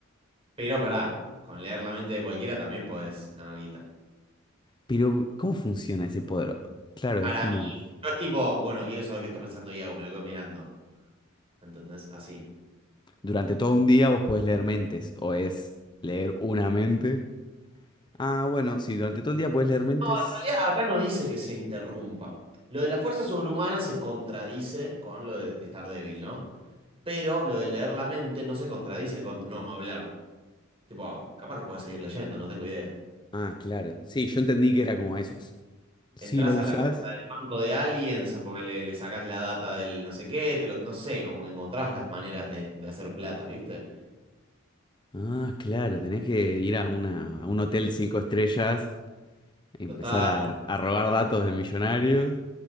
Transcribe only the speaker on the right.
Pero pará, con leer la mente de cualquiera también podés ganar guita.
Para
mí, no es tipo, bueno, quiero saber qué está pensando Iago, me lo quedo mirando. ¿Entendés? Así.
En realidad, acá no dice que se interrumpa. Lo de la fuerza sobrehumana se contradice con lo de estar débil, ¿no? Pero lo de leer la mente no se contradice con no hablar. Tipo, capaz que podés seguir leyendo, no tengo idea.
Entrás
a
la cuenta del banco de alguien, sa- porque le, le sacás la data del no sé qué, te lo- no sé, como que encontrás las maneras de, de hacer plata, ¿viste?
Total.